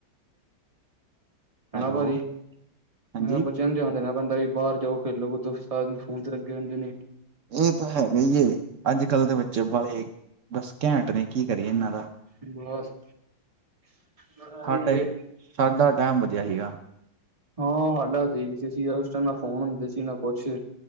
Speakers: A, on the right; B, on the right.
A: ਹੈਨਾ
B: ਹੈਲੋ
A: ਭਾਜੀ,
B: ਹਾਂਜੀ
A: ਮੈਂ ਕੈ ਬੱਚ ਬੱਚਿਆਂ ਨੂੰ ਧਿਆਨ ਦੇਨਾ ਪੈੰਦਾ ਜੀ ਬਾਰ ਜਾਓ ਖੇਲੋ ਕੂਦੋ ਸਾਰਾ ਦਿਨ ਫੋਨ ਤੇ ਲੱਗੇ ਰੈੰਦੇ ਨੇ,
B: ਏਹ ਤਾਂ ਹੈਗਾ ਈ ਏ, ਅੱਜ-ਕੱਲ੍ਹ ਦੇ ਬੱਚੇ ਬੜੇ ਬਸ ਘੈਂਟ ਨ, ਕੀ ਕਰੀਏ ਐਨਾਂ ਦਾ?
A: ਠੀਕ ਏ, ਬੱਸ- ਬਸ ਐਹੀ
B: ਸਾਡਾ
A: ਏ,
B: ਸਾਡਾ ਟਾਈਮ ਵਧੀਆ ਸੀਗਾ।
A: ਹਾਂ ਸਾਡਾ ਠੀਕ ਸੀ -ਸੀ ਉਸ ਟਾਈਮ ਨਾ ਫੋਨ ਹੁੰਦੇ ਸੀ, ਨਾ ਕੁਛ